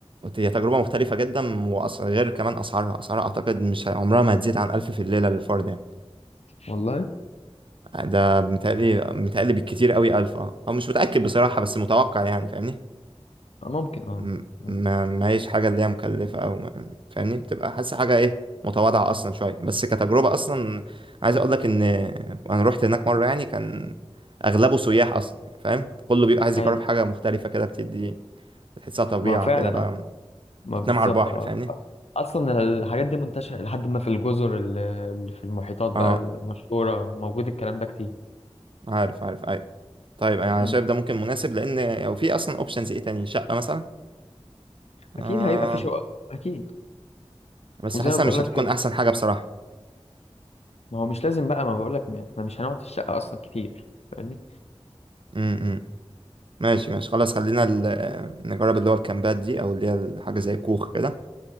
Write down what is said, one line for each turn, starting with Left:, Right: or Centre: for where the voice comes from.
Right: هي تجربة مختلفة جدا وأص... غير كمان أسعارها أسعارها أعتقد مش ه- عمرها ما هتزيد عن ألف في الليلة للفرد يعني
Left: والله
Right: ده متهيألي متهيألي بالكتير قوي ألف أه أو مش متأكد بصراحة بس متوقع يعني فاهمني
Left: آه، ممكن اه
Right: م-
Left: مم.
Right: ما ما هيش حاجة اللي هي مكلفة أو ما... فاهمني بتبقى حاسس حاجة إيه متواضعة أصلا شوية بس كتجربة أصلا عايز أقول لك إن أنا روحت هناك مرة يعني كان أغلبه سياح أصلا يعني، فاهم كله بيبقى عايز
Left: ايوه
Right: يجرب حاجة مختلفة كده بتدي بتحسها طبيعة
Left: ما فعلا
Right: كده بقى
Left: اه ما
Right: بتنام
Left: بالظبط
Right: على البحر
Left: اه
Right: فاهمني
Left: اصلا الحاجات دي منتشره لحد ما في الجزر ال- اللي في المحيطات بقى
Right: أه
Left: المشهوره موجود الكلام ده كتير
Right: عارف عارف أيوة طيب انا
Left: مم.
Right: شايف ده ممكن مناسب لان لو في اصلا اوبشنز ايه تاني شقه مثلا
Left: اكيد
Right: آه
Left: هيبقى في شقق اكيد
Right: بس
Left: وزي
Right: حاسسها
Left: ما بقول
Right: مش
Left: لك
Right: هتكون
Left: في ال-
Right: احسن حاجه بصراحه
Left: ما هو مش لازم بقى ما بقول لك احنا مش هنقعد في الشقه اصلا كتير فاهمني
Right: امم ماشي ماشي خلاص خلينا ال- نجرب اللي هو الكامبات دي او اللي هي حاجه زي كوخ كده